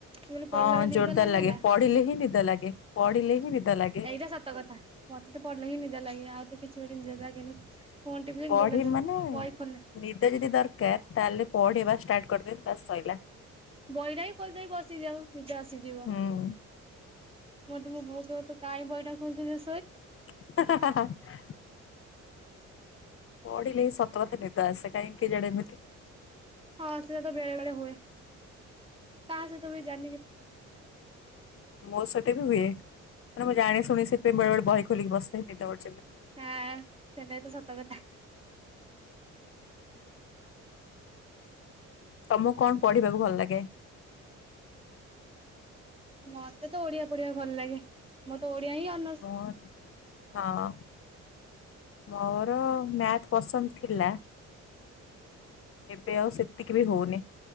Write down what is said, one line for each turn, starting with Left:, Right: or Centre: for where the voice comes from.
Right: କହିଲି ପଢିଲା
Left: ହଁ
Right: ବେଳେ
Left: ଜୋରଦାର
Right: ନିଦ
Left: ଲାଗେ
Right: ନା?
Left: ପଢିଲେ ହିଁ ନିଦ ଲାଗେ ପଢିଲେ ହିଁ ନିଦ ଲାଗେ।
Right: ଏଇଟା ସତ କଥା ମତେ ତ ପଢିଲେ ହିଁ ନିଦ ଲାଗେ ଆଉ ତ କିଛି ଗୋଟେ ନିଜ ଲାଗେନି ଫୋନ୍ ଟିପିଲେ
Left: ପଢି
Right: ନିଦ ଲାଗେନି।
Left: ମାନେ
Right: ବହି ଖୋ
Left: ନିଦ ଯଦି ଦରକାର ତାହେଲେ ପଢ଼ିବା ଷ୍ଟାର୍ଟ କରିଦିଅନ୍ତୁ ବାସ୍ ସରିଲା।
Right: ବହିଟା ହି ଖୋଲି ଦେଇ ବସିଯାଉ ନିଜେ ଆସିଯିବ।
Left: ହୁଁ
Right: ମ ତେ ମୋ ବୋଉ କହିବ ତୁ କାଇଁ ବହିଟା ଖୋଲୁଥିଲୁ।
Left: <inaudible> ପଢିଲେ ହିଁ ସତ କଥା ନିଦ ଆସେ କାହିଁକି କେଜାନେ ଏମିତି।
Right: ହଁ ସେଟା ତ ବେଳେ ବେଳେ ହୁଏ କାହା ସହିତ ହୁଏ ଜାଣି
Left: ମତ ସତେ ବି ହୁଏ। ନା ମୁଁ ଜାଣି ଶୁଣି ସେଥିପାଇଁ ବେଳେବେଳେ ବହି ଖୋଲିକି ବସେ ଯେତେବ
Right: ହଁ ସେଟା ତ ସତ କଥା।
Left: ତମକୁ କଣ ପଢିବାକୁ ଭଲ ଲାଗେ?
Right: ମତେ ତ ଓଡିଆ ପଢିବା ଭଲ ଲାଗେ ମୋର ତ ଓଡିଆ ହିଁ ଅନର୍ସ।
Left: ମୁଁ ହଁ। ମୋର ମ୍ୟାଥ ପସନ୍ଦ ଥିଲା ଏବେ ଆଉ ସେତିକି ବି ହଉନି।